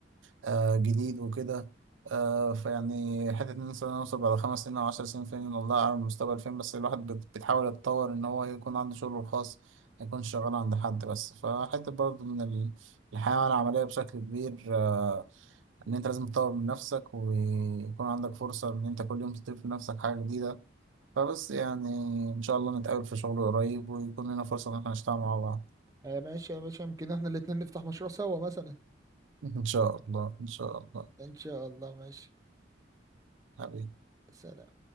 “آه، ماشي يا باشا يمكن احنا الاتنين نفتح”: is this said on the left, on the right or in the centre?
Right